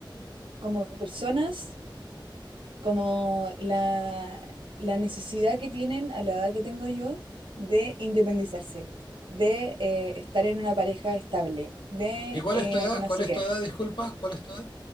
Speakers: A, on the right; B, on the left.
A: como personas como la, la necesidad que tienen a la edad que tengo yo de independizarse, de eh, estar en una pareja estable, de
B: ¿Y cuál
A: eh,
B: es tu edad?
A: no
B: ¿Cuál
A: sé
B: es
A: qué.
B: tu edad? Disculpa, ¿cuál es tu edad?